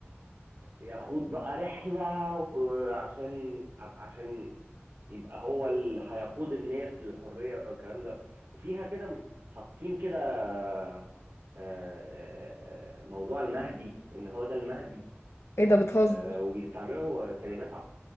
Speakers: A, on the right; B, on the left.
A: ياخد بقى رحلة وعشان عشان يبقى هو اللي هيقود الناس للحرية والكلام ده وفيها كده م- حاطين كده آه، آه، آه، موضوع المهدي ان هو ده المهدي
B: ايه ده بتهزر
A: آه، وبيستعملوا كلمات